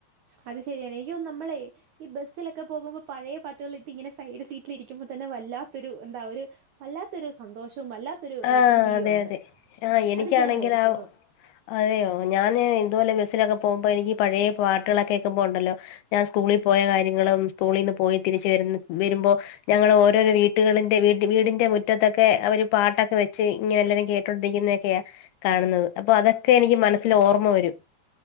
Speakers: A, on the right; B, on the left.
A: അത് ശരിയാണ് എനിക്കൊന്നു നമ്മളെയ് ഈ ബെസ്സിലൊക്കെ പോകുമ്പോ പയേ പാട്ടുകളിട്ട് ഇങ്ങനെ സൈഡ് സീറ്റില് ഇരിക്കുമ്പോ തന്നെ വല്ലാത്തൊരു എന്താ ഒര് വല്ലാത്തൊരു സന്തോഷും വല്ലാത്തൊരു
B: ആഹ്
A: അനുഭൂതിയു
B: അതെ
A: ആണ്
B: അതെ ആഹ് എനിക്കാണെങ്കിൽ
A: അത് ഞാ ഓർക്കുന്നു.
B: ആ അതെയോ ഞാന് ഇതുപോലെ ബെസ്സിലൊക്കെ പോകുമ്പോ എനിക്കി പയേ പാട്ടുകളൊക്കെ കേക്കുമ്പണ്ടല്ലോ ഞാൻ സ്കൂളിൽ പോയ കാര്യങ്ങളും സ്കൂളീന്ന് പോയി തിരിച്ച് വരു വരുമ്പോ ഞങ്ങള് ഓരോരോ വീട്ട്കളിന്റെ വീട് വീടിന്റെ മുറ്റത്തൊക്കെ അവര് പാട്ടൊക്കെ വെച്ച് ഇങ്ങനെ എല്ലരേം കേട്ടോണ്ടിരിക്കുന്നതൊക്കെയാ കാണുന്നത് അപ്പൊ അതൊക്കെ എനിക്ക് മനസ്സിൽ ഓർമ്മ വരും.